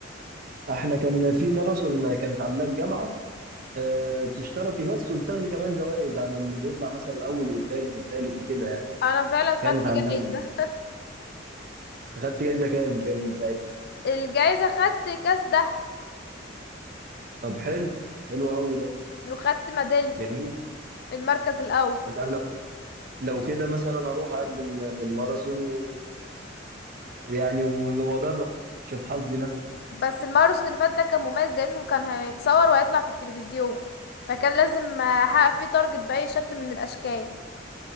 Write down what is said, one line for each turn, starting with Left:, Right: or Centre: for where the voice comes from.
Right: احنا كان في ماراثون كانت عاملاه الجامعة أه تشتركي بس وبتاخدي كمان جوائز على اللي بيطلع مثلا الاول والتاني والتالت وكده يعني
Left: انا فعلا خدت
Right: كانت عاملاه
Left: جايزة
Right: اخدت جايزه كام كان ساعتها
Left: الجايزة خدت كاس ده
Right: طب حلو حلو قوي ده
Left: وخدت ميدالية
Right: جميل
Left: المركز الاول
Right: انت لو لو كده مثلا اروح اقدم في الماراثون و... ويعني و- واجرب شوف حظي مثلا
Left: بس الماراثون اللي فات ده كان مميز لانه كان هيتصور وهيطلع في التلفزيون فكان لازم احقق فيه تارجت بأي شكل من الاشكال